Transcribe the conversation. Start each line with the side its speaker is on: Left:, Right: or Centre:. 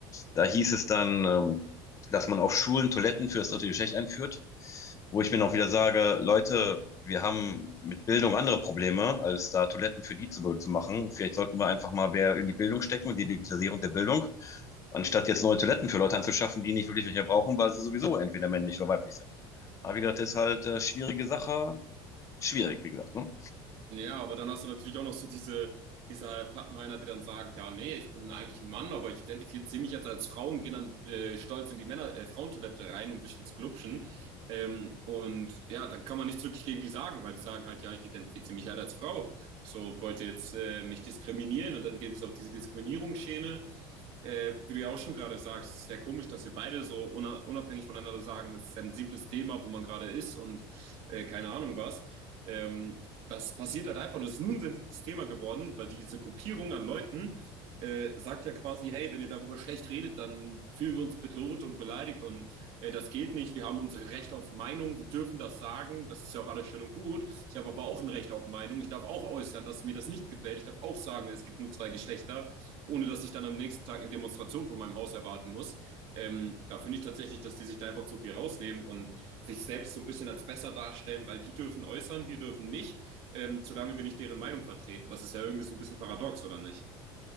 Left: da hieß es dann, ähm, dass man auf Schulen Toiletten für das dritte Geschlecht einführt, wo ich mir auch wieder sage, Leute, wir haben mit Bildung andere Probleme, als da Toiletten für die zu, zu machen. Vielleicht sollten wir einfach mal mehr in die Bildung stecken und die Digitalisierung der Bildung, anstatt jetzt neue Toiletten für Leute anzuschaffen, die nicht wirklich welche brauchen, weil sie sowieso entweder männlich oder weiblich sind. Aber wie gesagt, das ist halt äh, schwierige Sache. Schwierig, wie gesagt. Ne?
Right: Ja, aber dann hast du natürlich auch noch so diese, diese halt Pappenheimer, die dann sagen, ja, nee, ich bin eigentlich ein Mann, aber ich identifiziere mich jetzt als Frau und gehe dann äh, stolz in die Männer, äh, Frauentoilette rein, um ein bisschen zu glupschen. Ähm, und ja, dann kann man nichts wirklich gegen die sagen, weil die sagen halt, ja, ich identifiziere mich halt als Frau. So, wollt ihr jetzt äh, mich diskriminieren? Und dann geht es auf diese Diskriminierungsschiene. Äh, wie du ja auch schon gerade sagst, es ist sehr komisch, dass wir beide so una- unabhängig voneinander sagen, es ist ein sensibles Thema, wo man gerade ist und äh, keine Ahnung was. Ähm, was passiert halt einfach. Und es ist nun ein sensibles Thema geworden, weil diese Gruppierung an Leuten äh, sagt ja quasi, hey, wenn ihr darüber schlecht redet, dann fühlen wir uns bedroht und beleidigt und äh, das geht nicht. Wir haben unsere Rechte auf Meinung, wir dürfen das sagen, das ist ja auch alles schön und gut. Ich habe aber auch ein Recht auf Meinung. Ich darf auch äußern, dass mir das nicht gefällt. Ich darf auch sagen, es gibt nur zwei Geschlechter, ohne dass ich dann am nächsten Tag eine Demonstration von meinem Haus erwarten muss. Ähm, da finde ich tatsächlich, dass die sich da einfach zu viel rausnehmen und sich selbst so ein bisschen als besser darstellen, weil die dürfen äußern, wir dürfen nicht ähm, solange wir nicht deren Meinung vertreten. Das ist ja irgendwie so ein bisschen paradox, oder nicht?